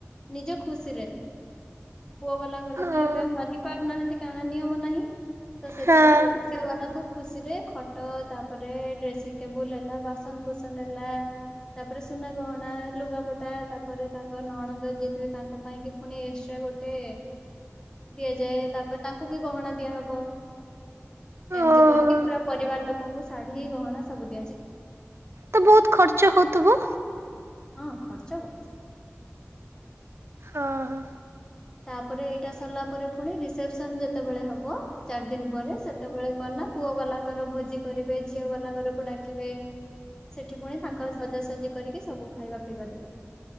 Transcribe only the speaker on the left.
ନିଜ ଖୁସିରେ। ପୁଅ ବାଲା ଘର
ତ ଏବେ ଆଉ ମାଗି ପାରୁନାହାନ୍ତି କାରଣ ନିୟମ ନାହିଁ ତ ସେଥିପାଇଁ।
ଝିଅମାନଙ୍କୁ ଖୁସି ରେ ଖଟ ତାପରେ ଡ୍ରେସିଂ ଟେବୁଲ ହେଲା ବାସନକୁସନ ହେଲା। ତାପରେ ସୁନା ଗହଣା ଲୁଗା ପଟା ତାପରେ ତାଙ୍କ ନଣନ୍ଦ ଯିଏ ଥିବେ ତାଙ୍କ ପାଇଁ କି ପୁଣି ଏକ୍ସଟ୍ରା ଗୋଟେ ଦିଆଯାଏ। ତାପରେ ତାଙ୍କୁ ବି ଗହଣା ଦିଆହବ। ଏମିତି
କରିକି ପୁରା ପରିବାର ଲୋକଙ୍କୁ ଶାଢ଼ୀ ଗହଣା ସବୁ ଦିଆଯାଏ।
ହଁ ଖର୍ଚ୍ଚ ବହୁତ।
ତାପରେ ଏଇଟା ସରିଲା ପରେ ପୁଣି ରିସେପସନ ଯେତେବେଳେ ହବ ଚାରି ଦିନ ପରେ ସେତେବେଳେ କଣ ନା ପୁଅ ବାଲା ଘର ଭୋଜି କରିବେ ଝିଅ ବାଲା ଘରକୁ ଡାକି ବେ ସେଠି ପୁଣି ତାଙ୍କ ସଜାସଜି କରିକି ସବୁ ଖାଇବା ପିଇବା ଦେବେ।